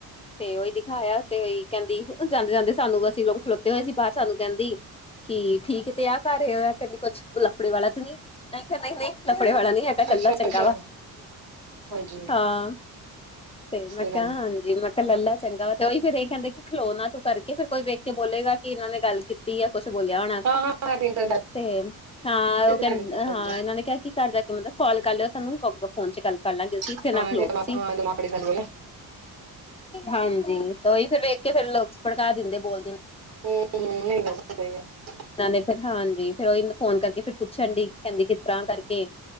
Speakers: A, on the left; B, on the right.
A: ਤੇ ਉਈ ਦਿਖਾਇਆ ਤੇ ਉਈ। ਕੈਂਦੀ ਜਾਂਦੇ-ਜਾਂਦੇ ਸਾਨੂੰ ਅਸੀਂ ਲੋਕ ਖਲੋਤੇ ਹੋਏ ਸੀ ਬਾਹਰ ਸਾਨੂੰ ਕੈਂਦੀ। ਕੀ ਠੀਕ ਤੇ ਆ ਘਾਰ ਏਦਾ ਕਹਿੰਦੀ ਕੁੱਛ ਲੱਫੜੇ ਵਾਲਾ ਤਾ ਨੀ। ਨਈ-ਨਈ ਲਫੜੇ ਵਾਲਾ ਨਈ ਹੈਗਾ ਲੱਲਾ
B: ਅੱਛਾ
A: ਚੰਗਾ
B: ਅੱਛਾ
A: ਵਾ
B: ਹਾਂਜੀ
A: ਹਾਂ। ਤੇ ਮੈ
B: ਸਹੀ
A: ਕਿਆ
B: ਗੱਲ
A: ਹਾਂਜੀ ਮੈਂ। ਲੱਲਾ ਚੰਗਾ ਵਾ। ਤੇ ਉਹੀ ਫੇਰ ਏਹ ਕਹਿੰਦੇ ਕਿ ਖਲੋਣਾ ਤੂੰ ਕਰਕੇ ਫੇਰ ਕੋਈ ਵੇਖ ਕੇ ਬੋਲੇਗਾ ਕਿ ਏਨਾਂ ਨੇ ਗੱਲ ਕੀ। ਏਅੋ ਕੁੋਛ ਬੋਲੇਆ ਹੋਣਾ
B: ਹਾਂ ਹਾਂ ਮੈਂ ਪਿੰਕ
A: ਤੇ ਹਾਂ
B: ਹਾਂਜੀ
A: ਉਹ ਕੰਨ ਹਾਂ। ਮੈ ਕਿਆ ਕਿ ਘਾਰ ਜਾ ਕੇ ਮਤਲਬ ਕਾਲ ਕਾਰ ਲਿਓ ਤੁਹਾਨੂੰ ਫੋਨ ਚ' ਗਾੱਲ ਕਾਰ ਲਾਂਗੇ ਅਸੀਂ। ਇੱਥੇ
B: <unintelligible>
A: ਨਾ ਖਲੋ ਤੁਸੀਂ ਹਾਂਜੀ ਤੇ ਉਹੀ ਫੇਰ ਵੇਖ ਕੇ ਫੇਰ ਲੋਕ ਭੜਕਾ ਦਿੰਦੇ ਬੋਲਦੇ।
B: ਹਮ-ਹਮ।
A: ਕੈਨਦੇ ਫੇਰ ਹਾਂਜੀ ਫੇਰ ਓਹੀ ਫੋਨ ਕਰਕੇ ਫੇਰ ਪੁੱਛਣ ਡੀ ਕੈਂਦੀ ਕਿਸ ਤਰ੍ਹਾਂ ਕਰਕੇ।